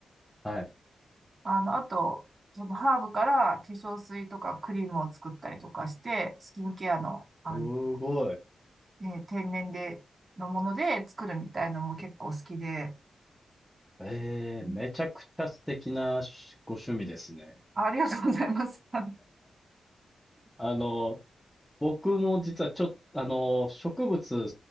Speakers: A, in the centre; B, on the right.
A: あ、はい。
B: あの、あと、そのハーブから化粧水とかクリームを作ったりとかして、スキンケアの、あのね、
A: すごい。
B: ね天然で、のもので作るみたいのも結構好きで、
A: ええ、
B: うん
A: めちゃくちゃ素敵なしご趣味ですね。
B: ありがとうございます。<laughs> あで
A: あの、僕も実はちょっとあの、植物育